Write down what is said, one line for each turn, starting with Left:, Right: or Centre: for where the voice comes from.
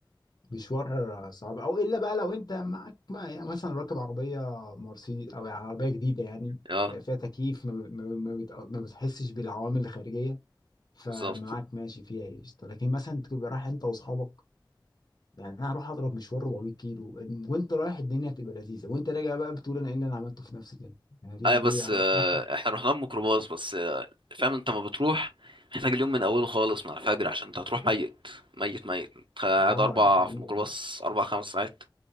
Left: مشوار صعب او الا بقى لو انت معاك ما- يعني مثلا راكب عربيه مرسيدس او عربيه جديده يعني
Right: اه
Left: فيها تكييف ما, ما, ما, بت- ما بتحسش بالعوامل الخارجيه فمعاك
Right: بالظبط
Left: ماشي فيها قشطه لكن مثلا تبقى رايح انت واصحابك يعني انا هروح اضرب مشوار 400 كيلو إن- وانت رايح الدنيا بتبقى لذيذه وانت راجع بقى بتقول انا ايه اللي انا عملته في نفسي ده انا ليه
Right: اي بس
Left: ليه اروح
Right: آه،
Left: <laughs> ده
Right: احنا رحنا بميكروباص بس آه، فاهم انت ما بتروح محتاج اليوم من اوله خالص مع الفجر عشان انت هتروح ميت ميت ميت انت قاعد
Left: اه
Right: اربع
Left: ده حقيقي
Right: في ميكروباص اربع خمس ساعات